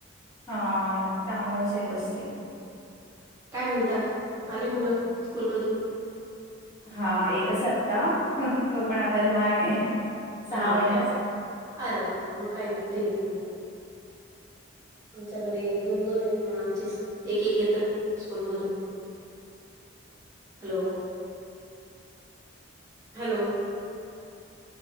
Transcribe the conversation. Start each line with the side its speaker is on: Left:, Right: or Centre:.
Left: हा त्यामुळेच येत असतील.
Right: काय म्हणता आले मुलं स्कूल मधून?
Left: हा एकच आत्ता तो पण आता लहान आहे.
Right: हा
Left: महिन्याचा.
Right: का अरे बापरे मग काही नाहीे फ्री येत तुम्ही. आमच्याकडे दोन-दोन येत म्हणून आमचे एक-एक येत स्कूलमधून. Hello hello.